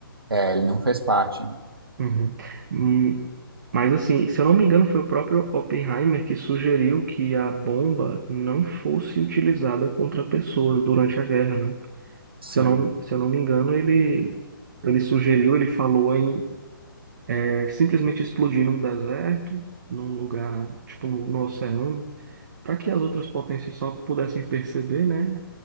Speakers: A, on the right; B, on the right.
A: é, ele não fez parte.
B: Uhum. Hum, Mas, assim, se eu não me engano, foi o próprio Oppenheimer que sugeriu que a bomba não fosse utilizada contra pessoas durante a guerra, né?
A: Sim.
B: Se eu não, se eu não me engano, ele, ele sugeriu, ele falou em é, simplesmente explodir num deserto, num lugar, tipo, no, no oceano, para que as outras potências só pudessem perceber, né?